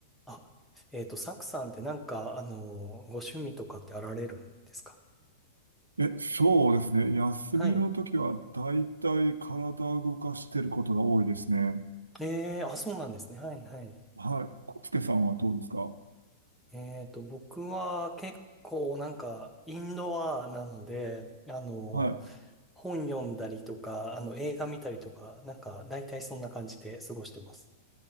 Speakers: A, in the centre; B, on the right (about 85°).
A: あ、えっと、サクさんってなんか、あの、ご趣味とかってあられるんですか
B: え、そうですね。休みの時は大体体を動かしてることが多いですね。
A: はい。ええ、あ、そうなんですね。はいはい。
B: はい。コスケさんはどうですか
A: えっと、僕は結構なんか、インドアなので、あの、
B: はい。
A: 本読んだりとか、あの、映画見たりとか、なんか、大体そんな感じで過ごしてます。